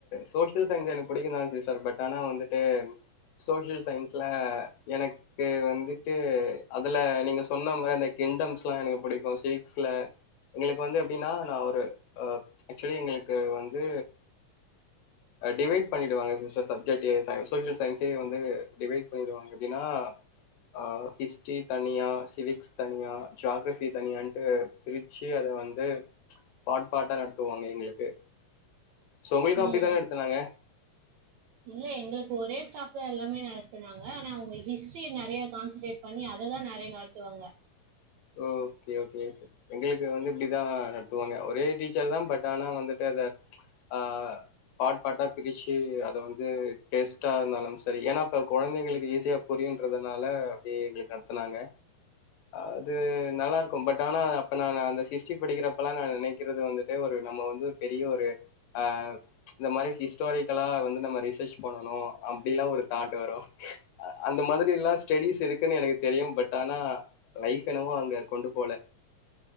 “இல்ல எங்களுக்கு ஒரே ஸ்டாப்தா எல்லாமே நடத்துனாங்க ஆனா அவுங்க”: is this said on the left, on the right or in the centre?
Right